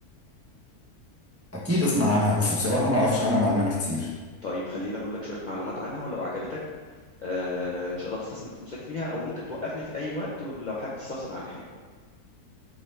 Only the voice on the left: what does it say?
طيب خليني اقول لك شويه معلومات عنها ولو عجبتك آه ان شاء الله تستثمر فلوسك فيها او ممكن توقفني في اي وقت لو حابب تستفسر عن حاجه